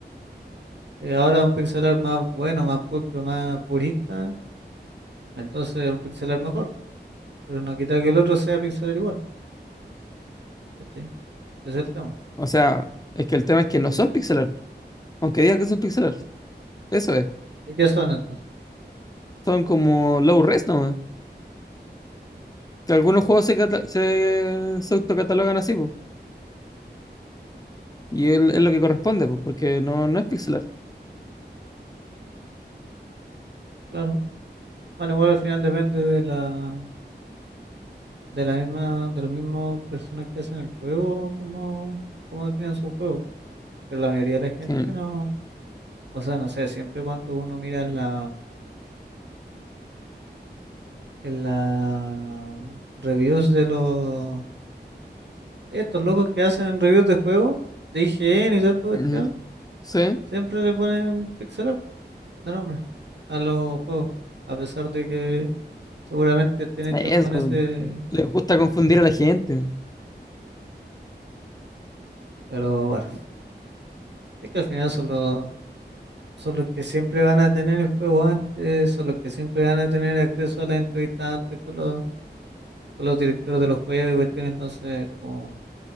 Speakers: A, on the right; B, on the left.
A: Y ahora un pixelar más bueno, más pulcro, más purista, entonces un pixelar mejor, pero no quita que el otro sea pixelar igual, ¿cachai? Ese es el tema.
B: O sea, es que el tema es que no son pixelar, aunque digan que son pixelar. Eso es.
A: ¿Y qué son entonces?
B: Son como low res, ¿no? que algunos juegos se, cata- se, se autocatalogan así, po, y él- es lo que corresponde, po, porque no, no es pixelar.
A: Claro. Bueno, igual al final depende de la, de la misma, de las mismas personas que hacen el juego, cómo, cómo definen su juego. Pero la mayoría de la gente
B: Sí.
A: no, o sea, no sé, siempre cuando uno mira en la, en la reviews de los, de estos locos que hacen reviews de juegos, de IGN y toda esta cuestión,
B: Ujú. Sí,
A: siempre le ponen pixel art de nombre a los juegos, a pesar de que seguramente estén hechos
B: eso.
A: con ese,
B: Les gusta confundir a la gente.
A: pero bueno, es que al final son los son los que siempre van a tener el juego antes, son los que siempre van a tener acceso a las entrevistas antes con los, con los directores de los juegos y cuestiones, entonces, como,